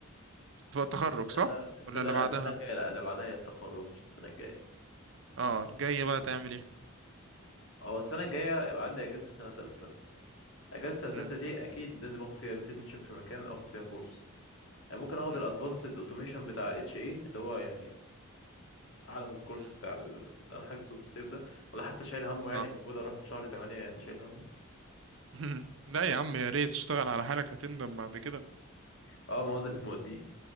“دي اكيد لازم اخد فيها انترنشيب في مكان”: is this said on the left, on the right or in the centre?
Left